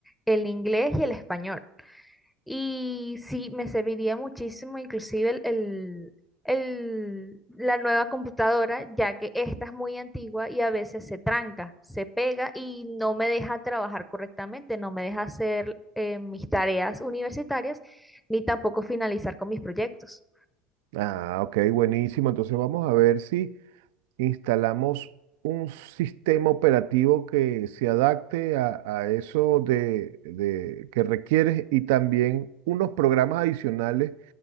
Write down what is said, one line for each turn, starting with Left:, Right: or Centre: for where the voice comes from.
Centre: el inglés y el español. Y sí, me serviría muchísimo inclusive el, el- el- la nueva computadora, ya que esta es muy antigua y a veces se tranca, se pega y no me deja trabajar correctamente, no me deja hacer eh, mis tareas universitarias ni tampoco finalizar con mis proyectos.
Right: Ah, ok, buenísimo. Entonces vamos a ver si... instalamos un sistema operativo que se adapte a, a eso de, de- que requieres y también unos programas adicionales